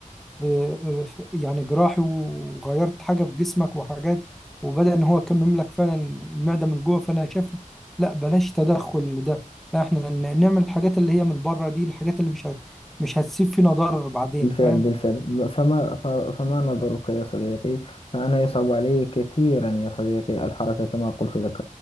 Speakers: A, in the centre; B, on the left.
A: ب... آه، يعني جراحي وغيرت حاجة في جسمك وحاجات وبدأ إن هو كان يملك فعلا المعدة من جوه فأنا شايف لا بلاش تدخل ده لا إحنا ن- نعمل الحاجات اللي هي من بره دي الحاجات اللي مش هت... مش هتسيب فينا ضرر بعدين
B: بالفعل
A: فاهم
B: بالفعل م- فما ف- فما نظرك يا صديقي فأنا يصعب علي كثيرا يا صديقي الحركة كما قلت لك